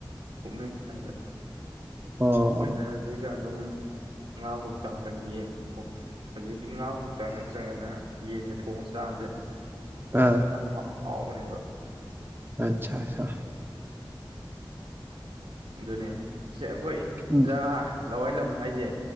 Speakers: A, on the right; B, on the right.
A: ꯐꯣꯛꯅꯩ ꯁ꯭ꯋꯥꯏꯗ
B: ꯑꯣ
A: ꯋꯦꯗꯔꯁꯤꯒ
B: ꯑꯣ
A: ꯑꯗꯨꯝ ꯉꯥ ꯐꯥꯎ ꯇꯥꯒ ꯌꯦꯟꯉ ꯊꯣꯛ ꯑꯗꯨꯗꯒꯤ ꯉꯥ ꯍꯥꯎꯇ ꯅꯠꯇ꯭ꯔꯒꯅ ꯌꯦꯟꯒ ꯊꯣꯡꯉ ꯆꯥꯕꯁꯦ
B: ꯑꯥ
A: ꯌꯥꯝ ꯍꯥꯎ ꯍꯥꯎ ꯎꯅꯦ
B: ꯑꯆꯥ ꯑꯆꯥ
A: ꯑꯗꯨꯅꯦ ꯍꯈꯣꯏ
B: ꯎꯝ
A: ꯖꯒꯥ ꯍꯜꯂꯣꯋꯥꯏ ꯂꯝ ꯍꯥꯏꯁꯦ